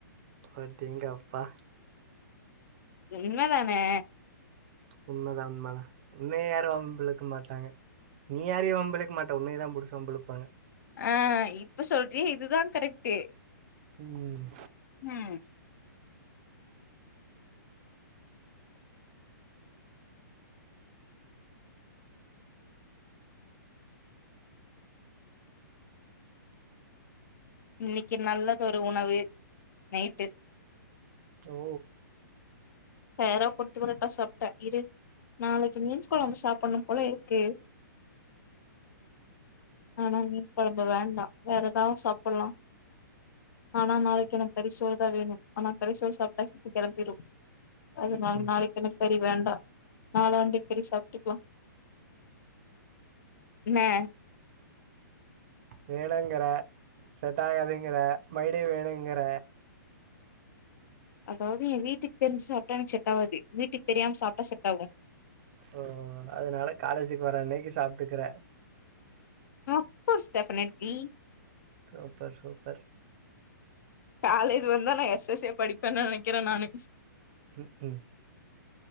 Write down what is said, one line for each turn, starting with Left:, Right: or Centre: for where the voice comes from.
Right: அடேங்கப்பா
Left: உண்ம தானே
Right: உண்மைதா உண்மைதா உன்னைய யாரு வம்பிழுக்க மாட்டாங்க நீ யாரையு வம்புழுக்க மாட்ட உன்னைய தா புடிச்சி வம்புழுபாங்க
Left: ஆ இப்ப சொல்றியா இதுதா கரெக்டு
Right: ம்
Left: ம் இன்னைக்கி நல்லதொரு உணவு நைட்டு
Right: ஓ
Left: சேரா கொத்து பரோட்டா ‌சாப்ட்டே இரு நாளைக்கி மீன் கொழம்பு சாப்புனு போல இருக்கு ஆனா ‌மீன் கொழம்பு வேண்டா வேற ஏதாவு சாப்புல்லா ஆனா நாளைக்கி எனக்கு கரிசோறு தா வேணு ஆனா கரிசோறு சாப்டா ஹீட்டு கெளம்பிடு அதனால
Right: ம் ம்
Left: நா நாளைக்கு என்க்கு கறி வேண்டா நாலாண்டை கறி சாப்ட்டுக்கலா இன்ன
Right: வேணாங்கிற செட்டாகாதுங்குற மைடே வேணுங்குற
Left: அதாவ்து எ வீட்டுக்கு தெரிஞ்சு சாப்டா எனக்கு செட் ஆவாது வீட்டுக்கு தெரியாம சாப்டா செட் ஆகு
Right: ஓ ஓ ஓ அதனால காலேஜுக்கு வர அன்னைக்கி சாப்ட்டுக்குற
Left: of course definitely
Right: super super
Left: college வந்துதா நா எஸ் எஸ் ஏ படிப்பேன் நெனைக்கிறே நானு
Right: ம் ஹும்